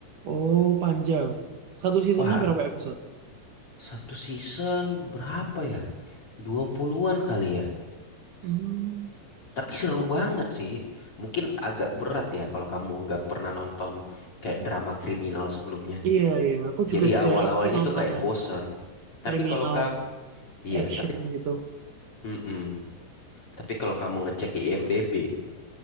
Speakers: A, on the right; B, on the left.
A: Oh, panjang. Satu seasonnya
B: Wah,
A: berapa episode?
B: satu season berapa ya? 20-an kali ya.
A: Hmm,
B: Tapi seru banget sih. Mungkin agak berat ya kalau kamu nggak pernah nonton kayak drama kriminal sebelumnya.
A: iya iya, aku juga
B: Jadi awal-awalnya
A: jarang sih nonton
B: tuh kayak
A: yang
B: bosen. Tapi
A: kriminal
B: kalau kau, iya,
A: action
B: tapi,
A: gitu.
B: mm-mm. Tapi kalau kamu ngecek IMDb,